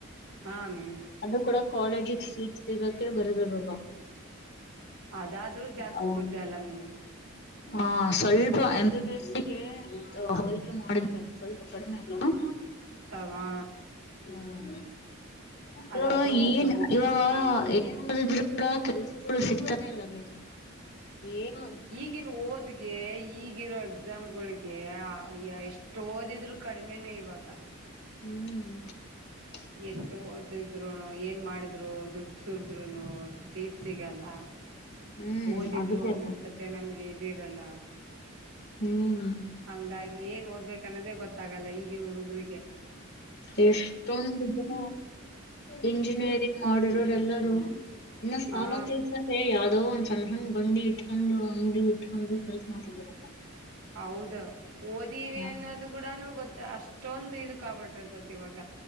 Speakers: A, on the right; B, on the left.
A: ಹಾ ಅಮ್ಮಿ.
B: ಅದು ಕೂಡ ಕಾಲೇಜಿಗೆ ಸೀಟ್ಸ್ ಸಿಗಕೆ ಬರಿಬೇಕದು.
A: ಅದಾದ್ರೂ ಜಾಸ್ತಿ
B: ಅವ-
A: ದುಡ್ ಅಲ್ಲಮ್ಮಿ.
B: ಹಾ ಸ್ವಲ್ಪ ಎಂಬಿಬಿಎಸ್ ಗೆ ಇದು ಹೋಲಿಕೆ ಮಾಡಿದ್ರೆ ಸ್ವಲ್ಪ ಕಡಿಮೆ ಅಲ್ವಾ.
A: ಸಮಾ
B: ಹ್ಮ್ ಇವಾಗ
A: ಅದಾದ್ರೂ ಹೋಗ್ಬೋದು
B: ಏನ್ ಇವಾಗ ಏನ್ ಏನ್ ಓದಿದ್ರು ಕೂಡ ಕೆಲ್ಸಗಳು ಸಿಗ್ತಾನೆ ಇಲ್ಲ ಬಿಡ್ ಏನು ಅಂತ
A: ನ್ನುವು ಓದ್ಗೆ ಈಗಿರೋ ಎಕ್ಸಾಮ್ಗಳಿಗೆ ಎಷ್ಟು ಓದಿದ್ರು ಕಡಿಮೆನೇ ಇವಾಗ.
B: ಹ್ಮ್. <inaudible>
A: ಎಷ್ಟು ಓದಿದ್ರು ಏನ್ ಮಾಡಿದ್ರು ದುಡ್ ಸುರದ್ರುನು ಚೀಟ್ ಸಿಗಲ್ಲ
B: ಹ್ಮ್
A: ಓದಿದ್ರು
B: ಅದಕ್ಕೆ
A: ಒಂದೊಂದ್ಸತ್ಯ
B: ಅದು.
A: ನಮ್ಗೆ ಇದಿರಲ್ಲ
B: ಹ್ಮ್
A: ಹಂಗಾಗಿ ಏನ್ ಓದ್ಬೇಕ ಅನ್ನೋದೇ ಗೊತ್ತಾಗಲ್ಲ ಈಗಿನ ಹುಡುಗರಿಗೆ
B: ಎಷ್ಟೊಂದು ದಿನ ಇಂಜಿನಿಯರಿಂಗ್ ಮಾಡಿರೋರೆ ಎಲ್ಲಾರೂ ಇನ್ನು ಸಾಲ
A: ಹಾ
B: ಕೆಲಸ ಹೇ ಯಾವವು್ದೋ ಒಂದ್ ಸಣ್ಣ ಸಣ್ಣ ಬಂದಿ ಇಟ್ಕೊಂಡು ಅಂಗಡಿ ಇಟ್ಕೊಂಡು ಕೆಲ್ಸ ಮಾಡ್ತಿದಾರ
A: ಹೌದ ಓದೀವಿ
B: ಹಾ
A: ಅನ್ನೋದು ಕೂಡನು ಗೊತ್ತ ಅಷ್ಟೊಂದು ಇ ಕಾಬಿಟ್ಟಿರ್ತತಿ ಇವಾಗ